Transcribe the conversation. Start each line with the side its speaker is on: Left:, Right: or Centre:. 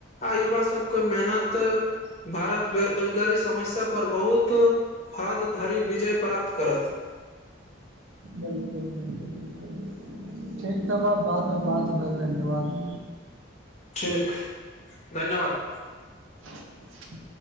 Left: आ युवा सबके मेहनत भारत बेरोजगारी समस्या पर बहुत हद धरि विजय प्राप्त करत।
Right: बिल्कुल- बिल्कुल- बिल्कुल ठीक तब आब बाद मे बात होयत धन्यवाद।
Left: ठीक धन्यवाद।
Right: <inaudible>